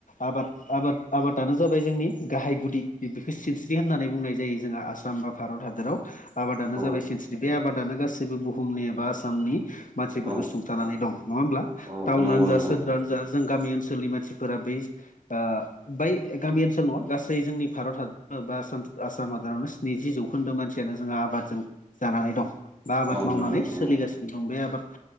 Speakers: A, on the left; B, on the right.
A: आबाद आबाद आबादानो जाबाय जोंनि गाहाय गुदि बेखौ सिनस्रि होननानै बुंनाय जायो जोंहा आसाम बा भारत हादराव आबादानो
B: औ
A: जाबाय सिनस्रि बे आबादानो गासैबो बुहुमनि एबा आसामनि मानसिफोरखौ
B: औ
A: सुं थानानै दं नङा होमब्ला
B: औ
A: टाउनानो
B: नंगौ
A: जा
B: नंगौ
A: सोहोरानो जा जों गामि ओनसोलनि मानसिफोरा बै ओ बै गामि ओनसोलल नङा गासै जोंनि भारत हादरावनो बा आसाम हादरावनो स्निजि जौखोन्दो मानसियानो जोंहा आबादजों जानानै दं बा आबाद
B: औ
A: मावनानै
B: नंगौ नंगौ
A: सोलिगासिनो दं बे आबाद